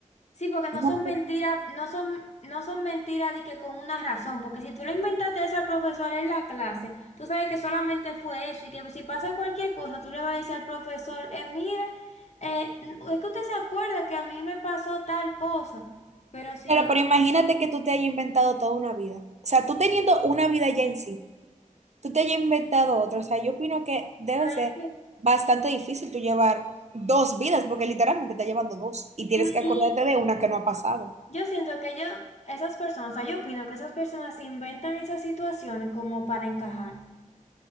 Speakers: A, on the left; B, on the right.
A: Sí, porque no
B: No,
A: son mentiras, no son, no son mentiras de que con una razón, porque si tú le inventaste eso al profesor en la clase, tú sabes que solamente fue eso y que si pasa cualquier cosa, tú le vas a decir al profesor, eh, mire, eh, n- es que usted se acuerda que a mí me pasó tal cosa, pero sí,
B: claro, pero imagínate que tú te hayas inventado toda una vida. O sea, tú teniendo una vida ya en sí, tú te hayas inventado otra. O sea, yo opino que debe
A: pero
B: ser
A: es que-
B: bastante difícil tú llevar dos vidas, porque literalmente estás llevando dos y tienes
A: sí,
B: que
A: y
B: acordarte de una que no ha pasado.
A: yo siento que yo, esas personas, o sea, yo opino que esas personas inventan esas situaciones como para encajar.